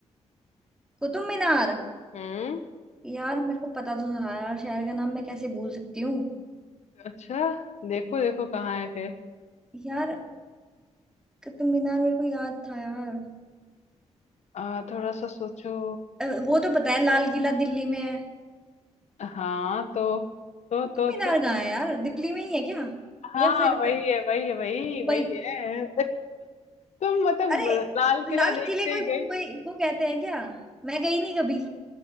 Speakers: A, in the centre; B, on the left.
A: कुतुब मीनार
B: हम्म
A: यार मेरे को पता तो था यार शहर का नाम मैं कैसे भूल सकती हूँ
B: अच्छा देखो देखो कहाँ है फिर
A: यार कुतुब मीनार मेरे को याद था यार
B: आ, थोड़ा सा सोचो
A: अ, वो तो पता है लाल किला दिल्ली में है
B: हाँ तो तो
A: कुतुब
B: तो
A: मीनार
B: तो
A: कहाँ है यार दिल्ली में ही है क्या
B: हाँ
A: या फिर अ,
B: वही है वही है वही
A: मुंबई
B: वही है <laughs> तुम मतलब
A: अरे
B: लाल किला
A: लाल
B: देखते
A: किले को
B: ही
A: ही मुंबई
B: गई
A: वो कहते हैं क्या मैं गई नहीं कभी